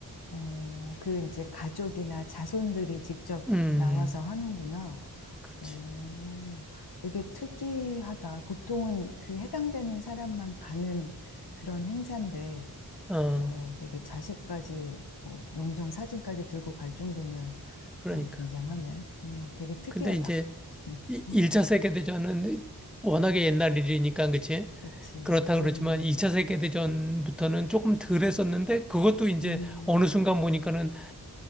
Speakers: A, on the left (about 65°); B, in the centre.
A: 어, 그 이제 가족이나 자손들이 직접
B: 음,
A: 나와서 하는구나.
B: 그렇지.
A: 어, 되게 특이하다. 보통은 그 해당되는 사람만 가는 그런 행사인데,
B: 어,
A: 어, 되게 자식까지, 어, 영정 사진까지 들고 갈 정도면,
B: 그러니까.
A: 어, 굉장하네. 어, 되게 특이하다.
B: 근데 이제 이-
A: <laughs>
B: 1차 세계대전은 워낙에 옛날 일이니까 그치?
A: 그치.
B: 그렇다
A: 음,
B: 그러지만 2차 세계대전부터는 조금 덜 했었는데 그것도 이제
A: 음,
B: 어느 순간 보니까는